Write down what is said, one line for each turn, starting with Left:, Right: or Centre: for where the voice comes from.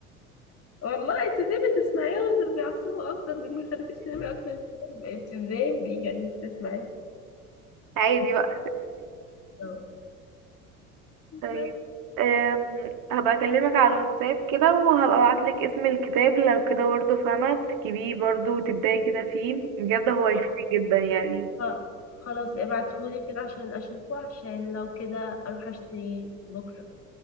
Left: والله انت ازاي بتسمعيهم دول بيعصبوا اكتر دول بيخليكيش تنامي اكتر انت ازاي انت ازاي ب- يعني بتسمعي
Right: عادي بقى
Left: اه
Right: طيب
Left: بس.
Right: أم، هبقى اكلمك على الواتساب كده وهبقى ابعتلك اسم الكتاب لو كده برضه فاهمة تجيبيه برضه وتبداي كده فيه بجد هو هيفيدك
Left: اه،
Right: جدا يعني
Left: اه، خلاص ابعتهولي كده عشان اشوفه عشان لو كده اروح اشتري بكره